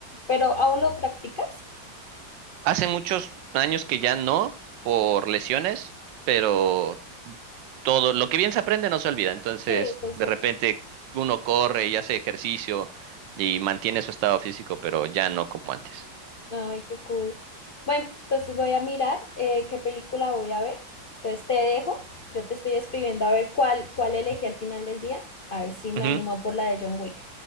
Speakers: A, on the left; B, on the right.
A: ¿pero aún lo practicas?
B: Hace muchos años que ya no, por lesiones, pero todo, lo que bien se aprende no se olvida. Entonces,
A: Sí, eso es
B: de
A: cierto.
B: repente uno corre y hace ejercicio y mantiene su estado físico, pero ya no como antes.
A: Ay, qué cool. Bueno, entonces voy a mirar eh, qué película voy a ver. Entonces te dejo. Yo te estoy escribiendo a ver cuál, cuál elegí al final del día. A ver si me
B: Ujú,
A: animo por la de John Wick.